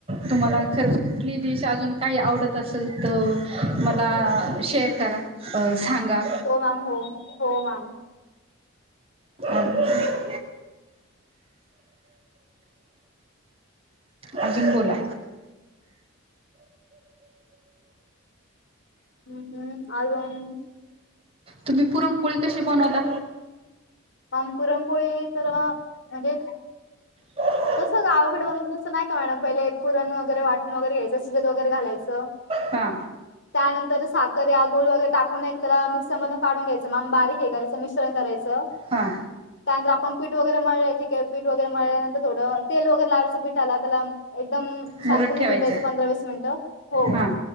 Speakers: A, on the right; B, on the left.
A: तुम्हाला खरंच कुठली डिश अजून काही आवडत असेल तर मला शेअर करा सांगा.
B: हो मॅम हो-हो मॅम
A: आणि <inaudible> अजून बोला.
B: हम्म-हम्म अजून
A: तुम्ही पुरणपोळी कशी बनवता?
B: मॅम पुरणपोळी तर म्हणजे
A: ह <inaudible>
B: जस का आवघडे बनत तसं नाही का मॅडम पहिले पुरण वगैरे वाटून वगैरे घ्यायचं शिजत वगैरे घालायचं.
A: हा.
B: त्यानंतर साखर या गुळ वगैरे टाकून नाही त्याला मिक्सर मधून काढून घ्यायचं माम बारीक हे करायचं मिश्रण करायचं.
A: हा
B: त्यानंतर आपण पीठ वगैरे ठीक आहे पीठ वगैरे मळल्यानंतर थोडं तेल वगैरे लावायचं पीठाला त्याला एकदम
A: मुरत
B: शांत भिजून
A: ठेवायचं
B: द्यायचं पंधरा वीस मिनिटं हो.
A: हा